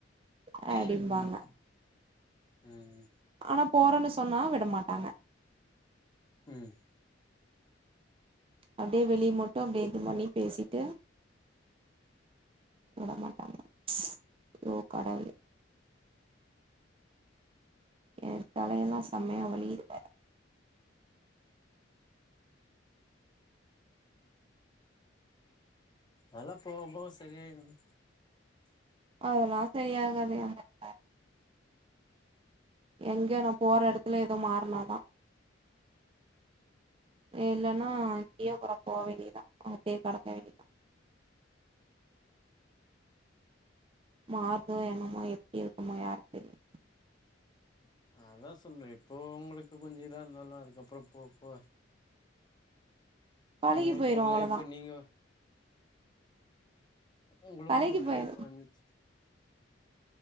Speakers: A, on the right; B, on the left.
A: ஆ அடிம்பாங்க
B: ம் ம்
A: ஆனா போறேன்னு சொன்னா விடமாட்டாங்க
B: ம்
A: அப்டியே வெளிய மட்டும் அப்டியே இது பண்ணி பேசிட்டு விட மாட்டாங்க அயோ கடவுளே ஏ தலையெல்லா செம்மையா வலிகுது வேற
B: அதெல்லா போவ போவ சரியாய்டும்
A: அதெல்லாம் சரியாகாதுயா நீ வேற எங்க நா போற எடத்துல ஏதோ மாறுனாதா இல்லன்னா அங்கியே கூட போக வேண்டியதுதா அப்டியே கடக்க வேண்டியதுதா மாறுதோ என்னமோ எப்டி இருக்குமோ யாருக்கு தெரியும்
B: அதா சொல்றே இப்போ உங்களுக்கு கொஞ்சம் இதா இருந்தாலும் அதுக்கப்றோ போ போவ
A: பழகி
B: உங்களுக்கு
A: போயிரு
B: ஒரு
A: அவ்ளோதா
B: லைஃப்பு நீங்க உங்களுக்குன்னு
A: பழகி
B: ஒரு
A: போயிரு
B: லைஃப் வந்துச்சு